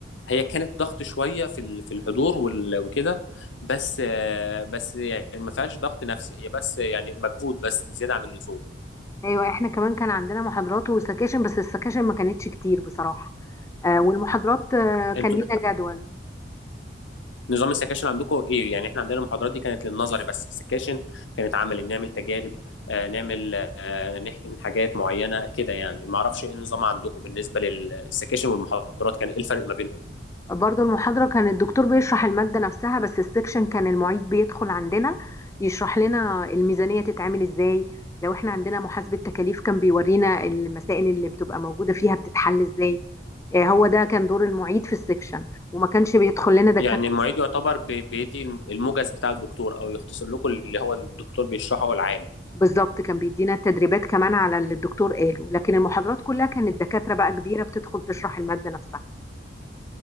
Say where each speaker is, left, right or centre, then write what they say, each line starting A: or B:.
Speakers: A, on the left; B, on the left.
A: هي كانت ضغط شويه في ال- في الحضور وال- وكده بس آه، بس يعني ما فيهاش ضغط نفسي هي بس يعني مجهود بس زياده عن اللزوم
B: ايوه احنا كمان كان عندنا محاضرات وسكاشن بس السكاشن ما كانتش كتير بصراحه آه، والمحاضرات آه، كان
A: انتوا
B: لينا جدول
A: نظام السكاشن عندكم ايه يعني احنا عندنا المحاضرات دي كانت للنظري بس السكاشن كانت عملي بنعمل تجارب آه نعمل آه نحقن حاجات معينه كده يعني ما اعرفش ايه النظام عندكم بالنسبه للسكاشن والمحاضرات كان ايه الفرق ما بينهم
B: برضو المحاضرة كان الدكتور بيشرح المادة نفسها بس السكشن كان المعيد بيدخل عندنا يشرح لنا الميزانية تتعمل ازاي لو احنا عندنا محاسبة تكاليف كان بيورينا المسائل اللي بتبقى موجودة فيها بتتحل ازاي آه، هو ده كان دور المعيد في السكشن وما كانش بيدخل لنا دكاترة
A: يعني المعيد يعتبر بي- بيدي الموجز بتاع الدكتور او يختصر لكم اللي هو الدكتور بيشرحه العام
B: بالظبط كان بيدينا التدريبات كمان على اللي الدكتور قاله لكن المحاضرات كلها كانت دكاترة بقى كبيرة بتدخل تشرح المادة نفسها